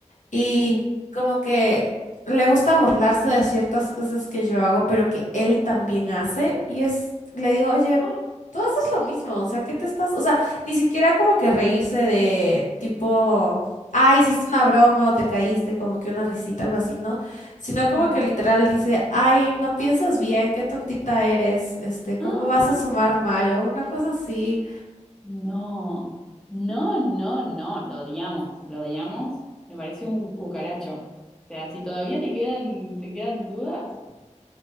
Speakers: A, on the left; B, in the centre.
A: Y
B: Mm.
A: como que le gusta burlarse de ciertas cosas que yo hago, pero que él también hace. Y es, le digo, oye,
B: Ah.
A: tú haces lo mismo, o sea, ¿qué te estás? O sea, ni siquiera como que reírse de tipo, ah, hiciste una broma o te caíste, como que una risita, algo así, ¿no? Sino como
B: Mm.
A: que literal dice, ay, no piensas bien, qué tontita eres, este, ¿cómo
B: ¡Ah!
A: vas a sumar mal? O una cosa así.
B: No, no, no, no, lo odiamos, lo odiamos. Me parece un cucaracho. O sea, si todavía te quedan, te quedan dudas,